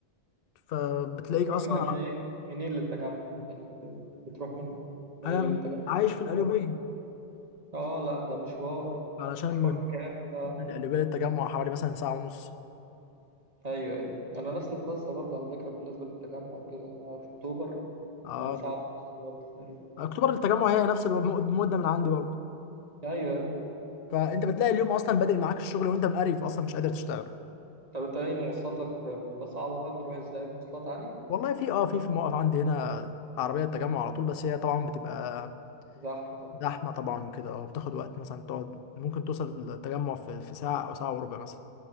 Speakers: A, on the left; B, on the right.
A: فبتلاقيك اصلا
B: تروح م-
A: ع-
B: إيه؟ منين للتجمع يعني ب- بتروح من من
A: انا
B: اللي من التجمع
A: عايش في القليوبيه
B: اه آه، لا ده مشوار ده
A: علشان
B: مشوار
A: من
B: جامد اه
A: من القليوبيه للتجمع حوالي مثلا ساعه ونص
B: ايوه ايوه انا نفس القصه برضه على فكره بالنسبه للتجمع وكده إن انا في اكتوبر
A: اه
B: آه، ساعه ونص برضه تقريبا
A: اكتوبر التجمع هي نفس الم- المده من عندي برضو
B: ايوه ايوه
A: فانت بتلاقي اليوم اصلا بادئ معاك الشغل وانت مقريف اصلا مش قادر تشتغل
B: طب انت ايه مواصلاتك بتبقى صعبه بقى بتروح ازاي مواصلات عادي
A: والله في اه في في موقف عندي هنا عربية التجمع على طول بس هي طبعا بتبقى
B: زحمه طبعا
A: زحمة طبعا وكده اه بتاخد وقت مثلا تقعد ممكن توصل التجمع في, في ساعة أو ساعة وربع مثلا